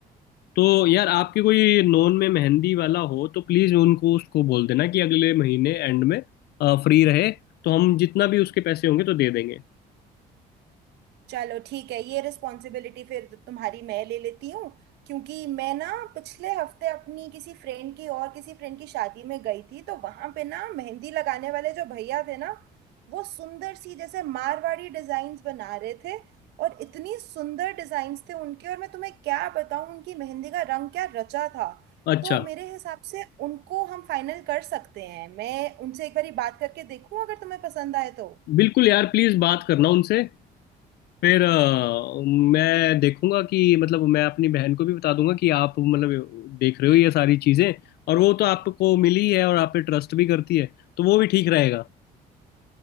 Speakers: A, on the left (about 70°); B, on the right (about 80°).
A: तो यार आपके कोई नॉन में मेहंदी वाला हो तो प्लीज उनको उसको बोल देना कि अगले महीने एंड में फ्री रहे तो हम जितना भी उसके पैसे होंगे तो दे देंगे
B: चलो ठीक है ये रिस्पॉन्सिबिलिटी फिर तो तुम्हारी मैं ले लेती हूँ क्योंकि मैं ना पिछले हफ्ते अपनी किसी फ्रेंड की और किसी फ्रेंड की शादी में गई थी तो वहां पे ना मेहंदी लगाने वाले जो भैया थे ना वो सुंदर सी जैसे मारवाड़ी डिजाइन्स बना रहे थे और इतनी सुंदर डिजाइन्स थे उनके और मैं तुम्हें क्या बताऊं उनकी मेहंदी का रंग क्या रचा था
A: अच्छा
B: तो मेरे हिसाब से उनको हम फाइनल कर सकते हैं मैं उनसे एक बारी बात करके देखूं अगर तुम्हें पसंद आए तो
A: बिल्कुल यार प्लीज बात करना उनसे फिर अ, मैं देखूंगा कि मतलब मैं अपनी बहन को भी बता दूंगा कि आप मतलब देख रहे हो ये सारी चीजें और वो तो आपको मिली है और आप पे ट्रस्ट भी करती है तो वो भी ठीक रहेगा